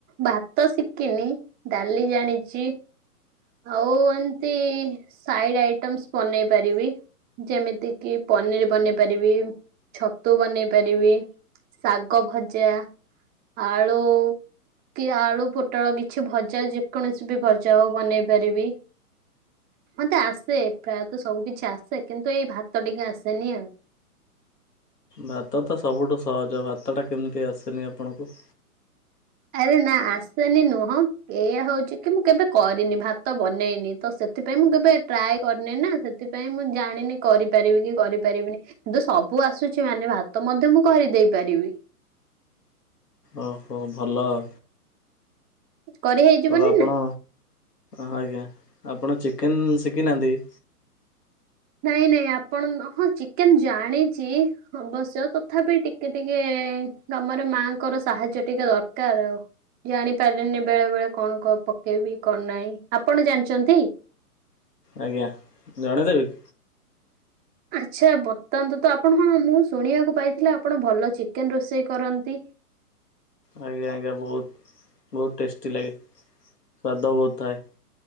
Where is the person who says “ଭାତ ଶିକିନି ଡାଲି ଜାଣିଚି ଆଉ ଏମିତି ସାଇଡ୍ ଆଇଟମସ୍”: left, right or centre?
Right